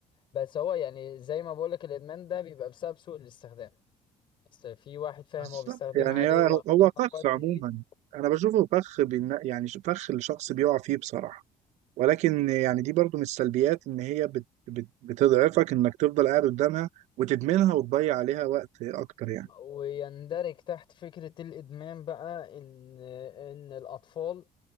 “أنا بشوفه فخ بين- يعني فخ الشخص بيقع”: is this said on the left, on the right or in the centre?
Right